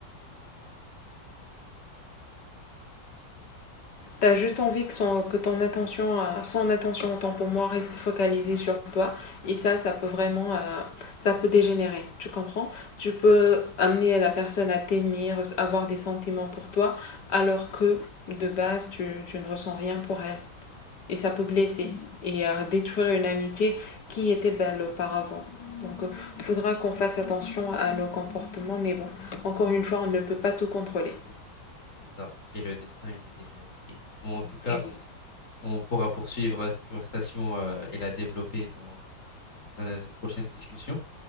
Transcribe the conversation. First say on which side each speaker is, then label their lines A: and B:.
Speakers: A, on the left; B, on the left.
A: T'as juste envie que, son, que ton attention, euh, son attention autant pour moi reste focalisée sur toi. Et ça, ça peut vraiment, euh, ça peut dégénérer. Tu comprends? Tu peux amener la personne à t'aimer, avoir des sentiments pour toi, alors que de base, tu, tu ne ressens rien pour elle. et ça
B: Ouais,
A: peut blesser et euh, détruire une amitié qui était belle auparavant. Donc il euh, faudra qu'on fasse attention à nos comportements, mais bon, encore une fois, on ne peut pas tout contrôler.
B: c'est ça. Et le destin, il est déjà écrit. Bon, en tout cas,
A: Et,
B: on pourra poursuivre cette conversation euh, et la développer dans. dans une prochaine discussion.